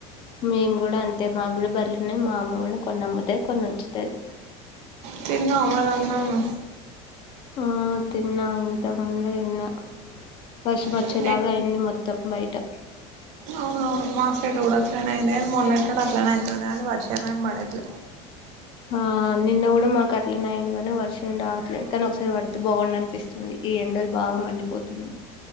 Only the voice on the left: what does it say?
మేము గూడా అంతే మాగూడ బర్లు అన్నె మా అమ్మ గూడ కొన్ని అమ్ముతాయ్ కొన్ని ఉంచుతాది
ఆ తిన్నా ఇంతకుముందే తిన్నా వర్షం వచ్చేలాగా
అయింది మొత్తం బయట
ఆ నిన్న కూడా మాకు అట్లేనే అయింది కానీ వర్షం రావట్లేదు కానీ ఒకసారి పడితే బాగుండు అనిపిస్తుంది ఈ ఎండలు బాగా మండిపోతున్నాయ్